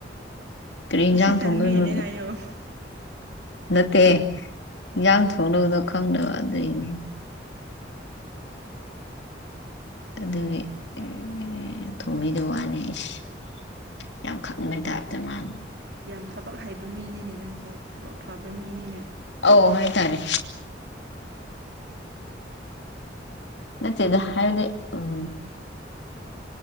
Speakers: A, on the left; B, on the right.
A: ꯀꯔꯤ
B: ꯉꯁꯤ
A: ꯏꯟꯁꯥꯡ
B: ꯇꯟꯕꯒꯤꯅꯦ
A: ꯊꯣꯡꯗꯣꯏꯅꯣ
B: ꯍꯥꯏꯌꯣ
A: ꯅꯠꯇꯦ ꯏꯟꯁꯥꯡ ꯊꯣꯡꯅꯕ ꯗꯣ ꯈꯪꯗꯕ ꯑꯗꯨꯩꯅꯦ ꯑꯗꯨꯒꯤ ꯑꯦ ꯊꯣꯡꯕꯤꯗ ꯋꯥꯅꯤ ꯑꯩꯁ ꯌꯥꯝ ꯈꯪꯉꯩ ꯇꯥꯏꯞꯇ ꯃꯥꯅꯤ
B: ꯌꯥꯝ ꯊꯕꯛ ꯍꯩꯕ ꯃꯤꯅꯤꯅꯦ ꯅꯪꯁꯦ ꯊꯕꯛ ꯐꯕ ꯃꯤꯅꯤꯅꯦ
A: ꯑꯣ ꯍꯥꯏꯇꯥꯔꯦ ꯅꯠꯇꯦꯗ ꯍꯥꯏꯗꯤ ꯎꯝ